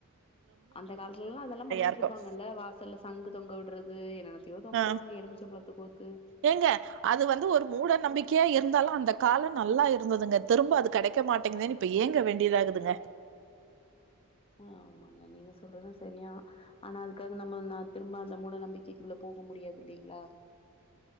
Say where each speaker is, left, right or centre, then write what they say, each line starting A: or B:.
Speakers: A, on the left; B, on the right.
A: அந்த காலத்துலல்லா அதெல்லா பண்ணிட்டு
B: இருக்கும்.
A: இருப்பாங்கல்ல வ சல்ல சங்கு தொங்க விட்றது என்னெத்தையோ தொங்க
B: ஆ
A: விடுவாங்க எலுமிச்ச பழத்த கோத்து
B: ஏங்க அது வந்து ஒரு மூட நம்பிக்கையா இருந்தாலு அந்த காலம் நல்லா இருந்ததுங்க திரும்ப அது கெடைக்க மாட்டேங்குதேன்னு இப்ப ஏங்க வேண்டியதாகுதுங்க
A: ஆ ஆமாங்க நீங்க சொல்றது சரியா ஆனா அதுக்காக நம்ம நா திரும்ப அந்த மூட நம்பிக்கை குள்ள போக முடியாது இல்லைங்களா